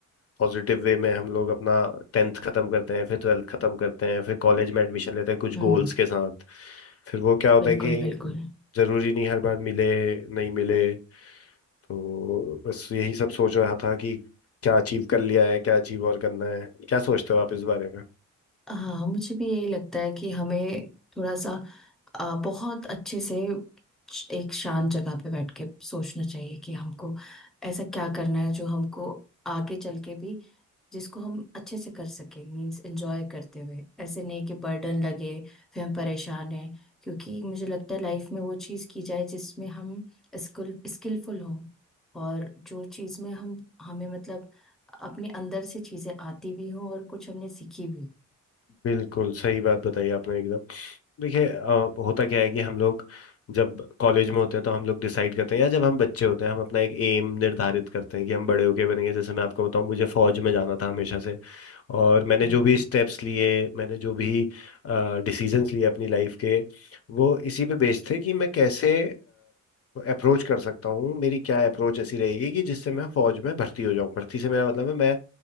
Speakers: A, on the left (about 50°); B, in the centre.
A: पॉजिटिव वे में हम लोग अपना टेंथ खत्म करते हैं फिर ट्वेल्थ खत्म करते हैं फिर कॉलेज में एडमिशन लेते हैं कुछ
B: हम्म
A: गोल्स के साथ फिर वो क्या होता
B: बिल्कुल
A: है कि
B: बिल्कुल
A: जरूरी नहीं हर बार मिले नहीं मिले तो बस यही सब सोच रहा था कि क्या अचीव कर लिया है क्या अचीव और करना है क्या सोचते हो आप इस बारे में
B: हाँ मुझे भी यही लगता है कि हमें थोड़ा सा आ, बहुत अच्छे से एक शांत जगह पे बैठ के सोचना चाहिए कि हमको ऐसा क्या करना है जो हमको आगे चल के भी जिसको हम अच्छे से कर सकें मीन्स एंजॉय करते हुए ऐसे नहीं कि बर्डन लगे फिर हम परेशान हैं क्योंकि मुझे लगता है लाइफ में वो चीज़ की जाए जिसमें हम स्किल स्किलफुल हों और जो चीज़ में हम हमें मतलब अपने अंदर से चीज़ें आती भी हों और कुछ हमने सीखी भी
A: बिल्कुल सही बात बताई आपने एकदम देखिए अ, होता क्या है कि हम लोग जब कॉलेज में होते हैं तो हम लोग डिसाइड करते हैं या जब हम बच्चे होते हैं हम अपना एक एम निर्धारित करते हैं कि हम बड़े होके बनेंगे जैसे मैं आपको बताऊं मुझे फौज में जाना था हमेशा से और मैंने
B: अरे
A: जो भी
B: वाह
A: स्टेप्स लिए मैंने जो भी डिसीजंस लिए अपनी लाइफ के वो इसी पे बेस्ड थे कि मैं कैसे अप्रोच कर सकता हूँ मेरी क्या अप्रोच ऐसी रहेगी कि जिससे मैं फौज में भर्ती हो जाऊँ भर्ती से मेरा मतलब है मैं